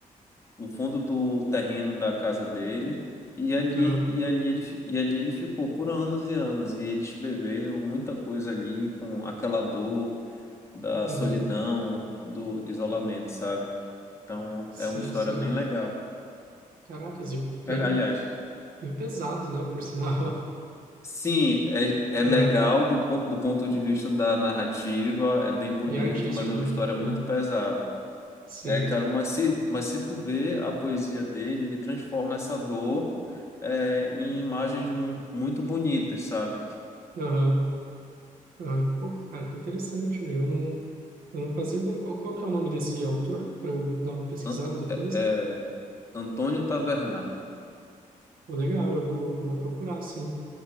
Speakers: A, on the left (about 20°); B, on the right (about 90°).
A: no fundo do terreno da casa dele, e ali,
B: aham,
A: e ali ele, fi- e ali ele ficou por anos e anos. E ele escreveu muita coisa ali com aquela dor da
B: uhum,
A: solidão, do isolamento, sabe? Então
B: sim,
A: é uma história
B: sim,
A: bem legal.
B: caracas, e bem,
A: A- Aliás.
B: bem pesado, né, por sinal,
A: Sim, é, é
B: <laughs>
A: legal
B: aham,
A: do, pon- do ponto de vista da narrativa, é bem bonito,
B: e artístico,
A: mas é uma
B: né,
A: história muito
B: aham,
A: pesada.
B: sim,
A: É, cara, mas se, mas se tu vê a poesia dele, ele transforma essa dor é, em imagens mu- muito bonitas, sabe?
B: Aham. Ah, pô, cara, que interessante. Eu não, eu não fazia ideia. Qual, qual que é o nome desse autor? Para eu dar uma pesquisada
A: An-
B: depois.
A: é, é, Antônio Tavernar,
B: Pô, legal, eu vou, eu vou procurar, sim.